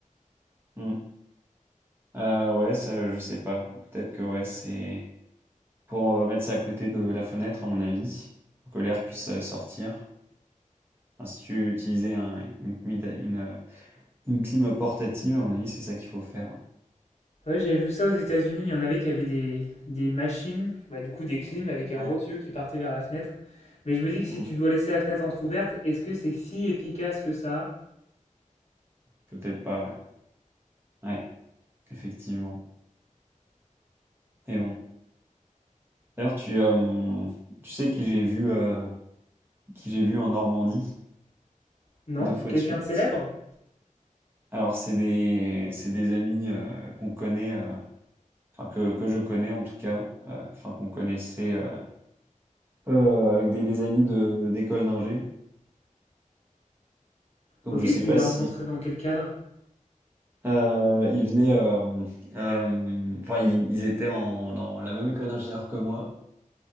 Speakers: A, on the right; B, on the left.
A: Mm. Euh, ouais, ça, je sais pas. Peut-être que ouais, c'est pour euh, mettre ça à côté de la fenêtre à mon avis, pour que l'air puisse euh, sortir. Enfin, si tu utilisais un- une, clim- une, euh, une clim portative, à mon avis, c'est ça qu'il faut faire. Ouais.
B: Ouais, j'avais vu ça aux États-Unis, il y en avait qui avaient des, des machines, bah, du coup des clims avec un
A: Ouais.
B: gros tuyau qui partait vers la fenêtre. Mais je me dis que si
A: Mm.
B: tu dois laisser la fenêtre entrouverte, est-ce que c'est si efficace que ça?
A: Peut-être pas. Ouais. Ouais. Effectivement. Et bon. D'ailleurs, tu, euh, tu sais qui j'ai vu, euh, qui j'ai vu en Normandie
B: Non?
A: deux fois
B: Quelqu'un
A: de suite.
B: de célèbre?
A: Alors, c'est des, c'est des amis euh, qu'on connaît, euh, enfin que, que je connais en tout cas, euh, enfin qu'on connaissait euh, euh, avec des, des amis de d'école d'ingé. Donc,
B: Ok,
A: je sais
B: tu
A: pas
B: l'as
A: si
B: rencontré dans quel cadre?
A: euh, euh, ils venaient, euh, euh, enfin ils, ils étaient en, dans la même école d'ingénieur que moi.